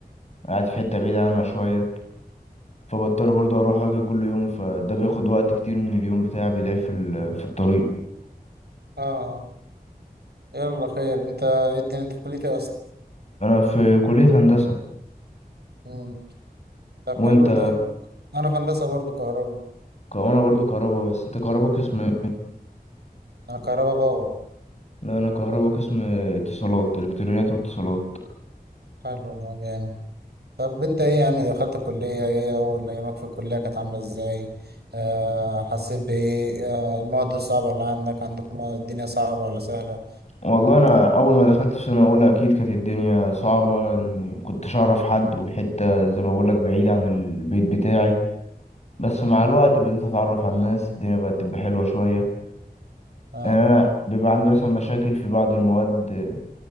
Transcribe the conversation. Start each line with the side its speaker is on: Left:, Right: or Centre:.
Left: قاعد في حته بعيده عنها شويه فبضطر
Right: مم.
Left: برضه اروح اجي كل يوم فده بياخد وقت كتير من اليوم بتاعي بيضيع في ال- في الطريق
Right: اه يلا خير انت ايه الدنيا انت في كليتي اصلا
Left: انا في كليه هندسه
Right: مم. طب
Left: وانت
Right: حلو ده انا في هندسه برضو كهرباء
Left: ك- وانا برضه كهربا بس انت كهربا قسم ايه
Right: انا كهربا باور
Left: لا انا كهربا قسم اتصالات الكترونيات واتصالات
Right: حلو ده جامد طب انت ايه يعني دخلت الكلية ايه اول ايامك في الكلية كانت عاملة ازاي آه حسيت بايه آه المواد الصعبة اللي عندك عندكم الدنيا صعبة ولا سهلة
Left: والله انا اول ما دخلت في سنه اولى اكيد كانت الدنيا صعبه اني كنتش اعرف حد وحته زي ما بقول لك بعيد عن البيت بتاعي بس مع الوقت بديت اتعرف على الناس الدنيا بقت تبقى حلوه شويه
Right: اه
Left: يعني انا بيبقى عندي مثلا مشاكل في بعض المواد اللي